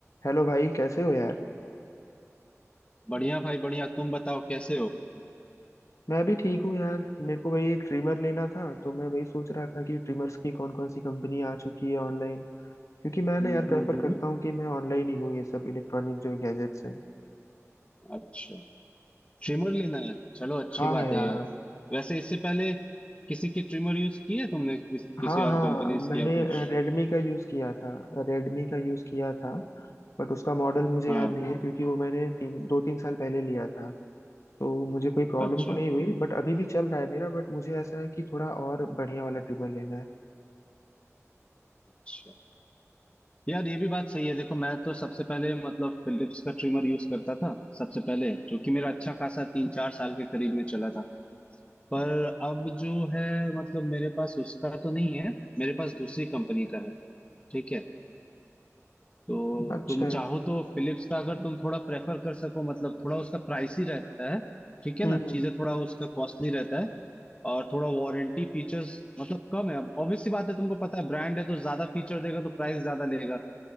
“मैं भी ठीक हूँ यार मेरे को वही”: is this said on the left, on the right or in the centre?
Left